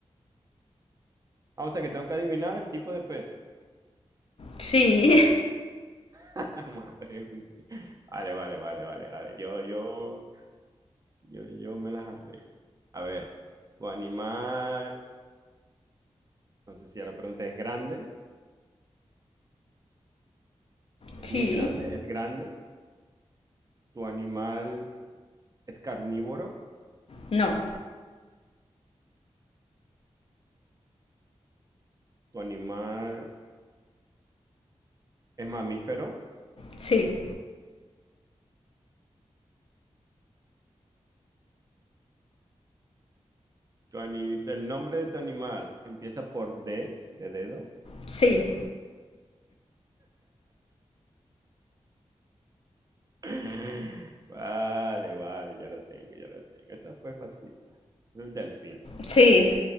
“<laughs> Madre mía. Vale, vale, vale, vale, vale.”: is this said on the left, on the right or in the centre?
Right